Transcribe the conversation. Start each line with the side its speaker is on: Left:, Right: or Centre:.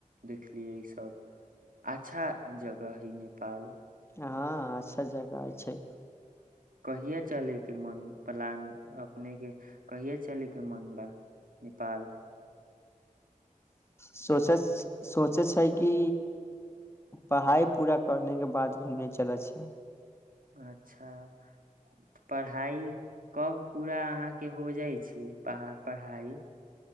Right: देखलिय इ सब अच्छा जगह कह ही नेपाल
Left: हँ अच्छा जगह छै
Right: कहिया चले के मन प्लान अपनेके कहिया चलयके मोन बा नेपाल
Left: सोच सोचै छै कि पढ़ाइ पूरा करने के बाद घूमने चलै छै
Right: अच्छाऽ पढ़ाइ कब पूरा अहाँके हो जाइ छै पा पढ़ाइ